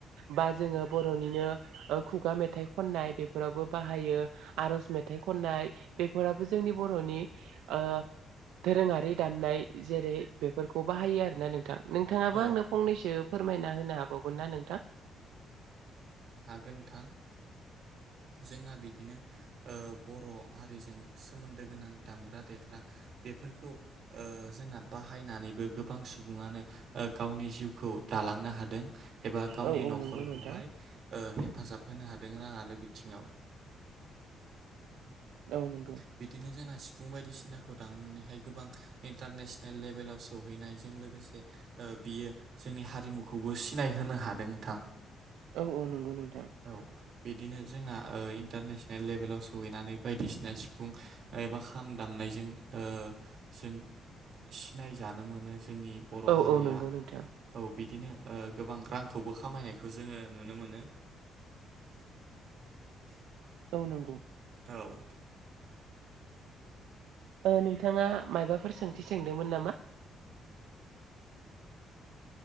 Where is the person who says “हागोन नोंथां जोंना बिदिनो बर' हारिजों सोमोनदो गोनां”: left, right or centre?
Right